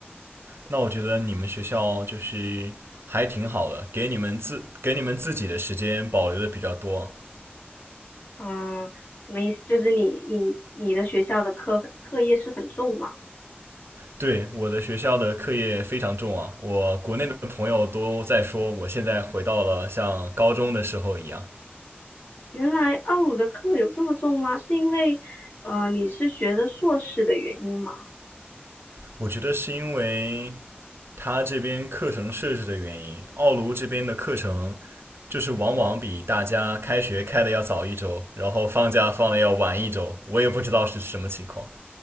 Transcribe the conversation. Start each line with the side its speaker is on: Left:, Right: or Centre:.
Right: 那我觉得你们学校就是还挺好的，给你们自给你们自己的时间保留的比较多。
Left: 嗯，什么意思？就是你你你的学校的课课业是很重吗？
Right: 对，我的学校的课业非常重啊，我国内的朋友都在说，我现在回到了像高中的时候一样。
Left: 原来奥鲁的课有这么重吗？是因为呃你是学的硕士的原因吗？
Right: 我觉得是因为他这边课程设置的原因，奥卢这边的课程就是往往比大家开学开的要早一周，然后放假放的要晚一周，我也不知道是什么情况。